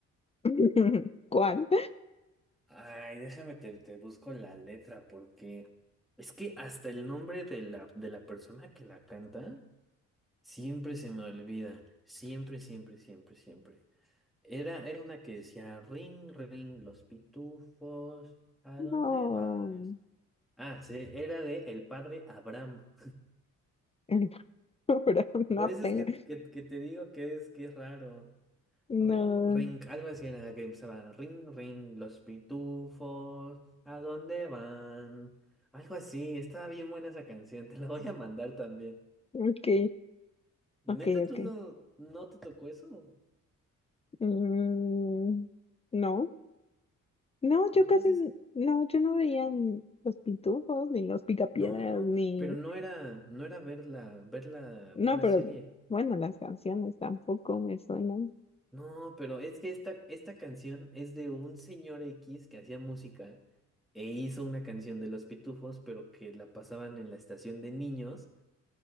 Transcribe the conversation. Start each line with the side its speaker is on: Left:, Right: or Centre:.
Left: <laughs> ¿Cuál?
Centre: Ay, déjame te, te busco la letra porque es que hasta el nombre de la, de la persona que la canta siempre se me olvida. Siempre, siempre, siempre, siempre. Era, era una que decía ring, ring, los pitufos, ¿a
Left: No,
Centre: dónde vas? Ah, sí, era de el padre Abraham.
Left: el programa, <laughs> no
Centre: Por eso
Left: tengo.
Centre: es que, que, que te digo que es que es raro.
Left: No,
Centre: Ring, ring, algo así en la que empezaba. Ring, ring, los pitufos, ¿a dónde van? Algo así, estaba bien buena esa canción, te la voy a mandar también.
Left: ok,
Centre: Neta,
Left: ok, ok.
Centre: tú no, no te tocó eso.
Left: Mm, no, no, yo
Centre: Entonces,
Left: casi, n- no, yo no veía n- los pitufos, ni los picapiedras,
Centre: no, no, no,
Left: ni,
Centre: pero no era, no era ver la, ver la,
Left: no,
Centre: ver la
Left: pero
Centre: serie.
Left: bueno, las canciones tampoco me suenan.
Centre: No, pero es que esta, esta canción es de un señor X que hacía música e hizo una canción de los pitufos, pero que la pasaban en la estación de niños.